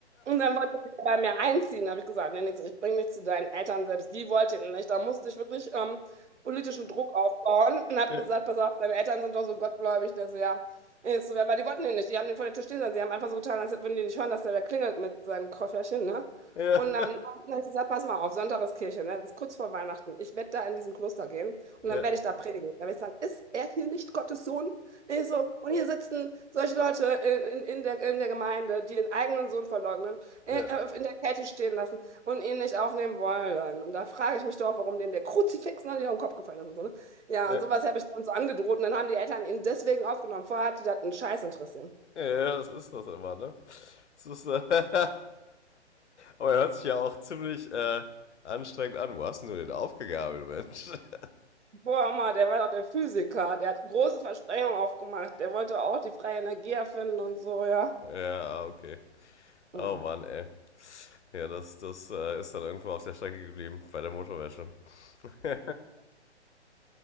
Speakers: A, on the right; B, on the left.
A: Und dann wollte er bei mir einziehen. Da habe ich gesagt, nee, nix, ich bringe dich zu deinen Eltern selbst. Die wollten ihn nicht. Da musste ich wirklich ähm, politischen Druck aufbauen und habe
B: Ja,
A: gesagt, pass auf, deine Eltern sind doch so gottgläubig. Der so, ja. Ich so, ja, aber die wollten ihn nicht. Die haben den vor der Tür stehen lassen. Sie haben einfach so getan, als würden die nicht hören, dass der da klingelt mit seinem Kofferchen, ne?
B: ja,
A: Und dann und dann habe ich gesagt, pass mal auf, Sonntag ist Kirche, ne? Das ist kurz vor Weihnachten. Ich werde da in diesen Kloster gehen und
B: ja,
A: dann werde ich da predigen. Dann werde ich sagen, ist er hier nicht Gottes Sohn? Ich so, und hier sitzen solche Leute in, in, in, der, in der Gemeinde, die den eigenen Sohn verleugnen, äh,
B: ja,
A: äh, in der Kälte stehen lassen und ihn nicht aufnehmen wollen. Und da frage ich mich doch, warum denen der Kruzifix noch nicht auf den Kopf gefallen ist und so, ne? Ja,
B: ja.
A: und sowas habe ich dann so angedroht und dann haben die Eltern ihn deswegen aufgenommen. Vorher hat die das einen Scheiß interessiert.
B: Ja, ja, das ist das immer, ne? Das ist, äh, <laughs> aber er hört sich ja auch ziemlich äh, anstrengend an. Wo hast denn du den aufgegabelt, Mensch? <laughs>
A: Boah, Mann, der war doch der Physiker, der hat große Versprechungen aufgemacht, der wollte auch die freie Energie erfinden und so, ja.
B: Ja, okay.
A: Ja.
B: Oh Mann, ey. Ja, das, das äh, ist dann irgendwo auf der Strecke geblieben, bei der Motorwäsche. <laughs>